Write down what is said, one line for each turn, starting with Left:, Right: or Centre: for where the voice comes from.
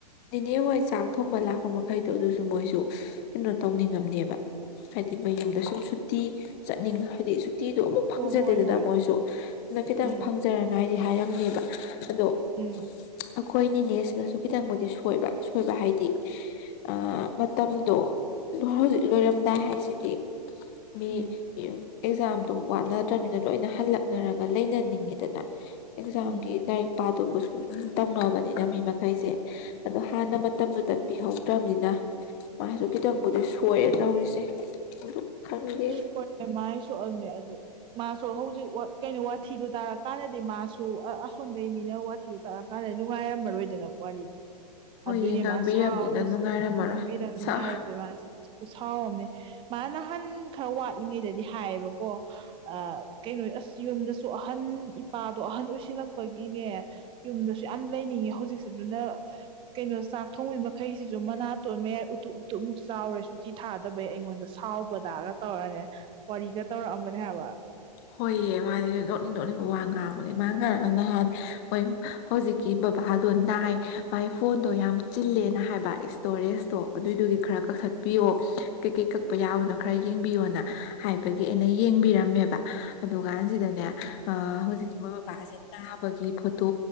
Left: ꯅꯤꯅꯦ ꯍꯣꯏ ꯆꯥꯛ ꯊꯣꯡꯕ ꯂꯥꯛꯄ ꯃꯈꯩꯗꯣ ꯑꯗꯨꯁꯨ ꯃꯣꯏꯁꯨ ꯀꯩꯅꯣ ꯇꯧꯅꯤꯡꯉꯝꯅꯦꯕ ꯍꯥꯏꯗꯤ ꯃꯌꯨꯝꯗ ꯁꯨꯝ ꯁꯨꯇꯤ ꯆꯠꯅꯤꯡ ꯍꯥꯏꯗꯤ ꯁꯨꯠ__ ꯇꯤꯗꯣ ꯑꯃꯨꯛ ꯐꯪꯖꯗꯦꯗꯅ
Right: ꯍꯣ ꯍꯣꯏ ꯍꯣꯏ
Left: ꯃꯣꯏꯁꯨ ꯑꯗꯨꯅ ꯈꯤꯇꯪ
Right: ꯎꯝ
Left: ꯐꯪꯖꯔꯉꯥꯏꯗꯤ ꯍꯥꯏꯔꯝꯅꯦꯕ ꯑꯗꯣ
Right: ꯎꯝ
Left: ꯑꯩꯈꯣꯏꯅꯤꯅꯦꯁꯤꯅꯁꯨ ꯈꯤꯇꯪꯕꯨꯗꯤ ꯁꯣꯏꯕ ꯁꯣꯏꯕ ꯍꯥꯏꯗꯤ ꯑꯥ ꯃꯇꯝꯗꯣ ꯂꯣꯏ ꯍꯧꯖꯤꯛ ꯂꯣꯏꯔꯝꯗꯥꯏ ꯍꯥꯏꯁꯤꯗꯤ ꯃꯤ
Right: ꯎꯝ
Left: ꯑꯦꯌꯨ ꯑꯦꯛꯖꯥꯝꯗꯨ ꯋꯥꯠꯅꯗ꯭ꯔꯝꯅꯤꯅ ꯂꯣꯏꯅ ꯍꯜꯂꯛꯅꯔ__ ꯒ ꯂꯩꯅꯅꯤꯡꯉꯤꯗꯅ ꯑꯦꯛꯖꯥꯝꯒꯤ
Right: ꯎꯝ
Left: ꯂꯥꯏꯛ ꯄꯥꯗꯧꯕꯁꯨ ꯑꯗꯨꯝ ꯇꯧꯅꯕꯅꯤꯅ ꯃꯤ ꯃꯈꯩꯁꯦ ꯑꯗꯣ ꯍꯥꯟꯅ ꯃꯇꯝꯗꯨꯗ ꯄꯤꯍꯧꯗ꯭ꯔꯝ ꯅꯤꯅ ꯃꯥꯁꯨ ꯈꯤꯇꯪꯕꯨꯗꯤ ꯁꯣꯏꯔꯦ ꯇꯧꯔꯤꯁꯦ ꯑꯗꯨ ꯈꯪꯗꯦ
Right: ꯁꯣꯔꯠꯅꯦ ꯃꯥꯏ ꯁꯣꯛꯑꯝꯅꯦ ꯑꯗꯨ ꯃꯥꯁꯨ ꯍꯧꯖꯤꯛ ꯋꯥꯠ ꯀꯩꯅꯣ ꯋꯥꯊꯤꯗꯨ ꯇꯥꯔꯀꯥꯟꯗꯗꯤ ꯃꯥꯁꯨ ꯑꯥ ꯑꯁꯣꯝꯗꯩ ꯃꯤꯅ ꯋꯥꯊꯤ__ ꯊꯤ ꯇꯥꯔꯛ ꯀꯥꯟꯗꯩ ꯅꯨꯡꯉꯥꯏꯔꯝꯃꯔꯣꯏꯗꯅ ꯋꯥꯔꯤ
Left: ꯍꯣꯏꯌꯦ
Right: ꯑꯗꯨꯏꯅꯦ
Left: ꯉꯥꯡꯕꯤꯔꯕꯅꯤꯅ
Right: ꯃꯥ ꯁꯥꯎꯔꯤꯁꯦ
Left: ꯅꯨꯡꯉꯥꯏꯔꯝꯃꯔꯣꯏ
Right: ꯉꯥꯡꯕꯤꯔꯝ ꯅꯨꯡꯉꯥꯏꯔꯛꯇꯦ
Left: ꯁꯥ
Right: ꯃꯥꯁꯦ ꯈꯨꯁꯥꯎꯑꯝꯅꯤ ꯃꯥꯅ ꯅꯍꯥꯟ ꯈꯔ ꯋꯥꯠꯂꯤꯉꯩꯗꯗꯤ ꯍꯥꯏꯌꯦꯕꯀꯣ ꯑ ꯀꯩꯅꯣ ꯑꯁ ꯌꯨꯝꯗꯁꯨ ꯑꯍꯟ ꯏꯄꯥꯗꯣ ꯑꯍꯟ ꯑꯣꯏꯁꯤꯜꯂꯛꯄꯒꯤꯅꯦ ꯌꯨꯝꯗꯁꯨ ꯌꯥꯝ ꯂꯩꯅꯤꯡꯉꯦ ꯍꯧꯖꯤꯛꯁꯦ ꯑꯗꯨꯅ ꯀꯩꯅꯣ ꯆꯥꯛ ꯊꯣꯡꯕꯤꯕꯩ ꯃꯈꯩꯁꯤꯁꯨ ꯃꯅꯥꯇꯣꯟ ꯃꯌꯥꯏ ꯎꯇꯨꯞꯞ ꯎꯇꯨꯞꯞꯃꯨꯛ ꯆꯥꯎꯔꯦꯁꯨ ꯇꯤ ꯊꯥꯗꯕꯩ ꯑꯩꯉꯣꯟꯗ ꯁꯥꯎꯕꯗꯒ ꯇꯧꯔꯛꯑꯅꯦ ꯋꯥꯔꯤꯒ ꯇꯧꯔꯛꯑꯝꯕꯅꯦ ꯍꯥꯏꯕ
Left: ꯍꯣꯏꯌꯦ ꯃꯥꯗꯤ ꯅꯣꯛꯅꯤꯡ ꯅꯣꯛꯅꯤꯡꯕ ꯋꯥ ꯉꯥꯡꯕꯅꯦ ꯃꯥ ꯉꯥꯔ ꯅꯍꯥꯟ ꯍꯣꯏ__ ꯍꯧꯖꯤꯛꯀꯤ ꯕꯕꯥꯗꯣ ꯅꯥꯏ ꯃꯥꯏ ꯐꯣꯟꯗꯣ ꯌꯥꯝ ꯆꯤꯜꯂꯦꯅ ꯍꯥꯏꯕ ꯏꯁꯇꯣꯔꯦꯁꯇꯣ ꯑꯗꯨꯏꯗꯨꯒꯤ ꯈꯔ ꯀꯛꯊꯠꯄꯤꯌꯣ ꯀꯩꯀꯩ ꯀꯛꯄ ꯌꯥꯕꯅꯣ ꯈꯔ ꯌꯦꯡꯕꯤꯌꯣꯅ ꯍꯥꯏꯕꯒꯤ ꯑꯩꯅ ꯌꯦꯡꯕꯤꯔꯝꯃꯦꯕ ꯑꯗꯨꯀꯥꯟꯁꯤꯗꯅꯦ ꯑꯥ ꯍꯧꯖꯤꯛ ꯃꯣꯏ ꯕꯕꯥꯁꯦ ꯅꯥꯕꯒꯤ ꯐꯣꯇꯣ